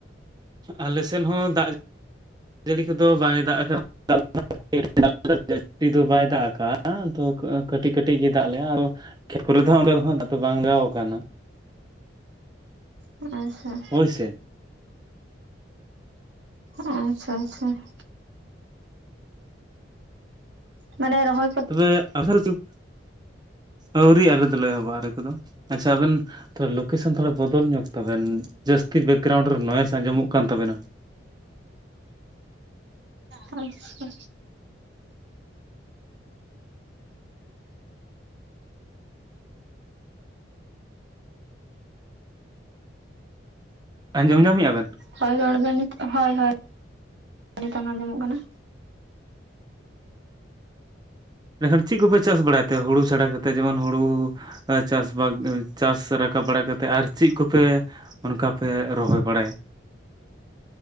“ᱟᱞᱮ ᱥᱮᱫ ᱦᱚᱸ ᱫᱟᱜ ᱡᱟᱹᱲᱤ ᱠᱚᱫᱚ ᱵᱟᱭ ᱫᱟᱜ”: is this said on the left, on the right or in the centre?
Right